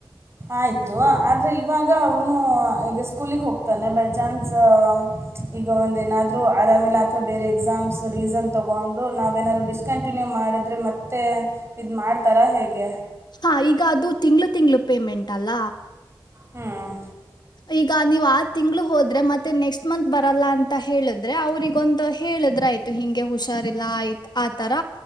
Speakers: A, on the right; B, on the left.
A: ಆಯಿತು ಆದರೆ ಇವಾಗ ಅವನು ಈಗ ಸ್ಕೂಲಿಗೆ ಹೋಗ್ತಾನೆ ಬೈ ಚಾನ್ಸ್ ಈಗ ಒಂದ ಏನಾದ್ರು ಆರಾಮಲೆ ಅಥವಾ ಬೇರೆ ಎಕ್ಸಾಮ್ಸ್ ರೀಸನ್ ತೊಗೊಂಡು ನಾವೇಏನಾದ್ರು ಡಿಸ್ಕಂಟಿನ್ಯೂ ಮಾಡಿದರೆ ಮತ್ತೆ ಇದು ಮಾಡ್ತಾರ ಹೇಗೆ
B: ಹಾ ಈಗ ಅದು ತಿಂಗ್ಳ ತಿಂಗ್ಳ ಪೇಮೆಂಟ್ ಅಲ್ಲ
A: ಹ್ಮ್
B: ಈಗ ನೀವು ಆ ತಿಂಳ ಹೋದ್ರೆ ಮತ್ತೆ ನೆಕ್ಸ್ಟ್ ಮಂತ್ ಬರಲ್ಲ ಅಂತ ಹೇಳಿದ್ರೆ ಅವ್ರಗ ಒಂದು ಹೇಳಿದ್ರ ಆಯ್ತು ಹಿಂಗೆ ಹುಷಾರಿಲ್ಲ ಆಯ್ತತ್ ಆತರ